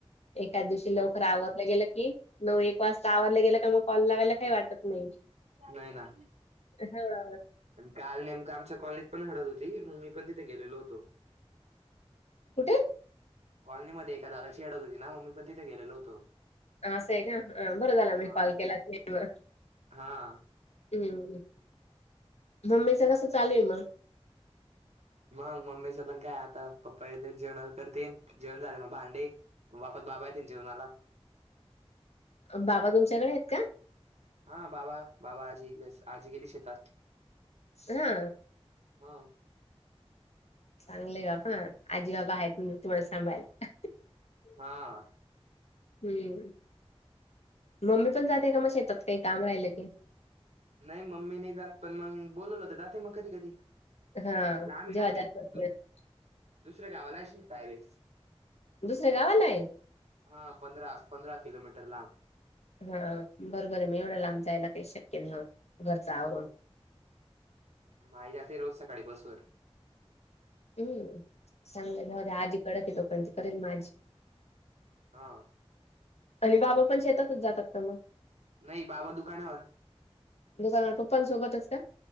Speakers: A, on the left (about 80°); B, on the right (about 85°).
A: एकाच दिवशी लवकर
B: हं.
A: आवरलं गेलं की, नऊ एक वाजता आवरलं गेलं का, मग कॉल लावायला काही वाटत नाही.
B: नाही ना
A: हा
B: आणि काल नेमकं आमच्या कॉलेजत पण हडत होती. मग मी पण तिथे गेलेलो होतो.
A: कुठे?
B: कॉलनीमध्ये एका दादाची हडत होती ना, मग मी पण तिथे गेलेल होतो.
A: असं आहे का बरं झालं
B: हां.
A: मी कॉल केला म-
B: हां.
A: हम्म हम्म मम्मीच कसं चालूय मग?
B: मग मम्मीच पण काय आता पप्पा येथे जेवणाला तर ते जेवण बनवते. भांडे, वापत बाबा येतील जेवणाला.
A: बाबा तुमच्याकडे आहेत का?
B: हा बाबा, बाबा आजी, आजी गेली शेतात.
A: हा
B: हा
A: चांगलंय बाबा आजी बाबा आहेत तुम्हाला सांभायला.
B: हा
A: हम्म मम्मी पण जाते का मग शेतात, काही काम राहिलं की-
B: नाही मम्मी नाही जात पण मग बोलवलं हो तर जाते मग कधी कधी.
A: हा
B: लांब आहे
A: जेव्हा
B: ना शेत, दुस
A: <unintelligible>
B: दुसऱ्या गावाला असेल टायरे.
A: दुसऱ्या गावाला आहे.
B: हा पंधरा, पंधरा किलोमीटर लांब.
A: हा बरंबर मग एवढं लांब जायला काही शक्य नाही ह घरच आवरून.
B: हं. आई जाते रोज सकाळी बसवर,
A: हम्म सांगलं आजी कडक येतो पणंत करेन माझी.
B: हा
A: आणि बाबा पण शेतातच जातात. का मग
B: नाही बाबा दुकानावर.
A: दुकानावर पप्पां सोबतच का?